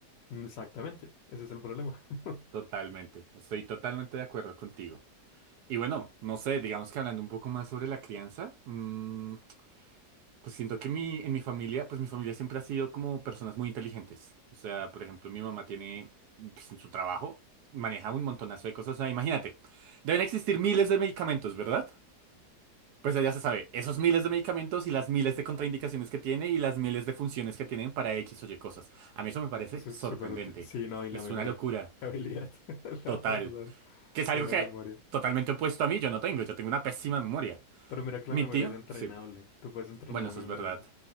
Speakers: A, on the left (about 90°); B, on the right (about 70°).
A: mm, exactamente, ese es el problema. <laughs>
B: Totalmente. Estoy totalmente de acuerdo contigo. Y bueno, no sé, digamos que hablando un poco más sobre la crianza, mm, pues siento que mi, en mi familia, pues mi familia siempre ha sido como personas muy inteligentes. O sea, por ejemplo, mi mamá tiene, pues en su trabajo, maneja un montonazo de cosas. O sea, imagínate, deben existir miles de medicamentos, ¿verdad? Pues ya se sabe, esos miles de medicamentos y las miles de contraindicaciones que tiene y las miles de funciones que tienen para X o Y cosas. A mí eso me parece
A: Eso
B: sorprendente.
A: es súper útil. Sí, no, y la
B: Es
A: memoria.
B: una locura.
A: La habilidad, <laughs>
B: Total.
A: la verdad.
B: Que es
A: Yo
B: algo
A: una
B: que
A: memoria.
B: totalmente opuesto a mí yo no tengo. Yo tengo una pésima memoria.
A: Pero mira que
B: Mi
A: la memoria
B: tío,
A: es entrenable.
B: sí.
A: Tú puedes entrenar
B: Bueno,
A: la
B: eso
A: memoria.
B: es verdad.